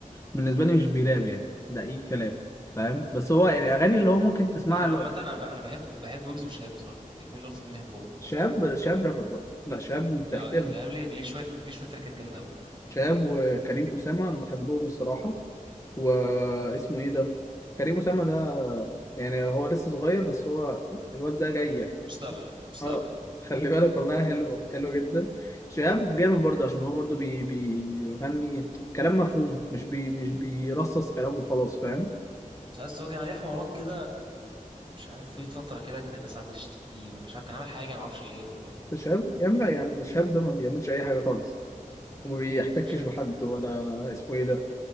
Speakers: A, on the left; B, on the right.
A: بالنسبه لي مش بيراب يعني ده اي كلام فاهم بس هو يعني اغاني اللي هو ممكن تسمعها
B: أنا
A: اللي
B: عامة
A: هو
B: أنا ب- أنا بحب بحب ويجز وشهاب بصراحة الاتنين دول أكتر اتنين بحبهم
A: شاب شاب رابر برضه لا شاب
B: يعني
A: تحترم
B: شهاب ليه ليه شوية ليه شوية تراكات جامدة أوي
A: شاب وكريم اسامه انا بحبهم الصراحه واسمه ايه ده كريم اسامه ده يعني هو لسه صغير بس هو الواد ده جاي
B: مستقبل مستقبل
A: اه
B: يعني
A: خلي بالك والله حلوة حلوة جدا شهاب جامد برضه عشان هو برضه بي... بيغني كلام مفهوم مش بي... مش بيرصص كلام وخلاص فاهم
B: مش عارف هو كان عليه حوارات كده م، مش عارف في فترة كده كانت الناس عمالة تشتم فيه ولا مش عارف كان عامل حاجة معرفش إيه والله
A: شهاب يا عم لا يا عم الشهاب ده ما بيعملش أي حاجة خالص وما بيحتكش
B: مش عارف
A: بحد ولا اسمه ايه ده